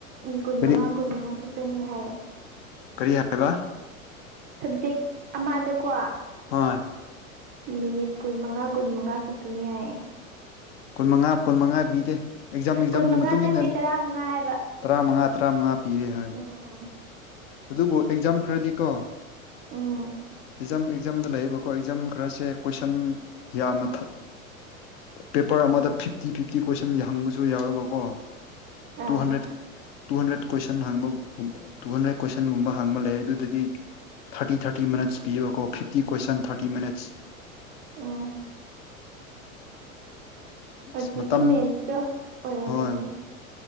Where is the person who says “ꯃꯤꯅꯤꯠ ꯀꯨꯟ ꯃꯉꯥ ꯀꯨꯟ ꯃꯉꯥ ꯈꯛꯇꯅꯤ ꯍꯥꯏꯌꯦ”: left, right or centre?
Right